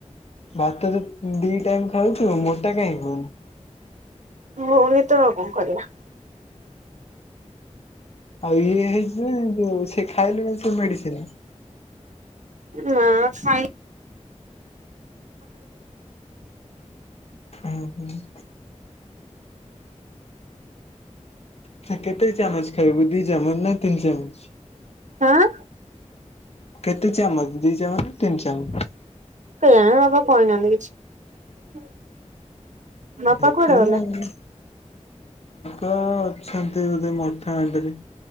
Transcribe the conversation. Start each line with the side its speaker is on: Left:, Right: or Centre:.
Left: ଭାତ ତ ଦି ଟାଇମ ଖାଉଛୁ ମୋଟା କାଇଁ ହଉନୁ?
Right: ହଉନି ତ ଆଉ କଣ କରିବା।
Left: ଆଉ ଇଏ ହେଇଛି ଯୋଉ ସେ ଖାଇଲୁ ନା ସେ ମେଡିସିନ?
Right: ନା ଖାଇ
Left: ହୁଁ ହୁଁ ସେ କେତେ ଚାମଚ ଖାଇବୁ ଦି ଚାମୁଚ ନା ତିନି ଚାମୁଚ?
Right: ଆଁ
Left: କେତେ ଚାମଚ ଦି ଚାମଚ ନା ତିନି ଚାମଚ?
Right: କେଜାଣେ ବାପ କହିନାହାନ୍ତି କିଛି। ବାପା
Left: ଦେଖିବୁ
Right: କୁଆଡେ ଗଲେ?
Left: ନା ଆଉ ବାପା ଅଛନ୍ତି ବୋଧେ ମଠ ଆଗରେ।